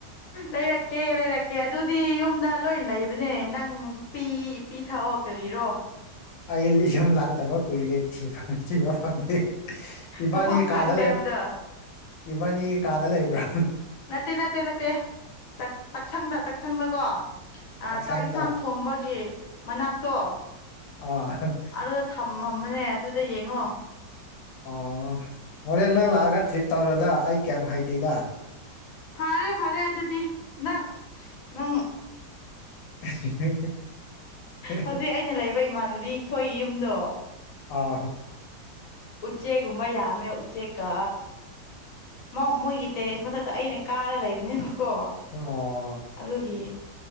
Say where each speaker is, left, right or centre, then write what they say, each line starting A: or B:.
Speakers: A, on the left; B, on the left.
A: ꯂꯩꯔꯛꯀꯦ ꯂꯩꯔꯛꯀꯦ ꯑꯗꯨꯗꯤ ꯌꯨꯝꯗ ꯂꯣꯏ ꯂꯩꯕꯅꯦ ꯅꯪ ꯄꯤ ꯄꯤ ꯊꯛꯑꯣ ꯀꯔꯤꯔꯣ
B: ꯑꯩ <unintelligible> ꯂꯥꯛꯇꯕ ꯀꯨꯏꯔꯦ ꯊꯤꯕ ꯊꯤꯕ ꯐꯪꯗꯦ ꯏꯕꯥꯅꯤ
A: ꯃꯐꯝ
B: ꯀꯥꯗ
A: ꯈꯪꯗꯦ
B: ꯂꯩꯕ꯭ꯔꯥ
A: ꯍꯥꯏꯕꯗꯣ
B: ꯏꯕꯥꯅꯤꯒꯤ ꯀꯥꯗ ꯂꯩꯕ꯭ꯔꯥ
A: ꯅꯠꯇꯦ ꯅꯠꯇꯦ ꯅꯠꯇꯦ ꯇꯥꯛꯁꯪꯗ ꯇꯥꯛꯁꯪꯗꯀꯣ ꯑꯥ
B: ꯆꯥꯛꯁꯥꯡꯗ
A: ꯆꯥꯛ ꯏꯟꯁꯥꯡ ꯊꯣꯡꯕꯒꯤ ꯃꯅꯥꯛꯇꯣ
B: ꯑꯥ ꯍꯣꯏ
A: ꯑꯗꯨꯗ ꯊꯝꯃꯝꯕꯅꯦ ꯑꯗꯨꯗ ꯌꯦꯡꯉꯣ
B: ꯑꯣ ꯍꯣꯔꯦꯟ ꯅꯪ ꯂꯥꯛꯑꯒ ꯇ꯭ꯔꯤꯠ ꯇꯧꯔꯣꯗ ꯑꯩ ꯀꯩꯝ ꯍꯩꯇꯦꯗ
A: ꯐꯥꯔꯦ ꯐꯔꯦ ꯑꯗꯨꯗꯤ ꯅꯪ ꯅꯪ
B: <unintelligible>
A: ꯍꯧꯖꯤꯛ ꯑꯩꯅ ꯂꯩꯕ ꯏꯃꯥꯟꯅꯕꯤ ꯈꯣꯏꯒꯤ ꯌꯨꯝꯗꯣ
B: ꯑꯥ
A: ꯎꯆꯦꯛꯒꯨꯝꯕ ꯌꯥꯝꯃꯦ ꯎꯆꯦꯛꯀꯥ ꯃꯥꯎ ꯃꯣꯏꯒꯤ ꯇꯦꯔꯦꯁ ꯃꯊꯛꯇ ꯑꯩꯅ ꯀꯥꯔꯥ ꯂꯩꯕꯅꯦꯕꯀꯣ
B: ꯑꯣ
A: ꯑꯗꯨꯒꯤ